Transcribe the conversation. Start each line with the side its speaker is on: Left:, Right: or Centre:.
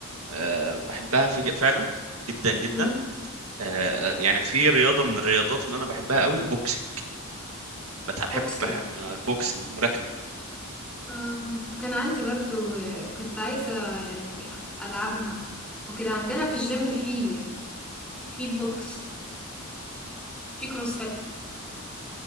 Right: آه، بحبها في فعلا جدا جدا
Centre: امم
Right: آه، آه، يعني في رياضه من الرياضات اللي انا بحبها قوي البوكسنج بت- بحب
Centre: بوكسين
Right: بح- آه، البوكسنج ملاكمه
Centre: آه. كان عندي برضو آه، كنت عايزه يعني العبها وكده عندنا في الجيم في في بوكس في كروسفيت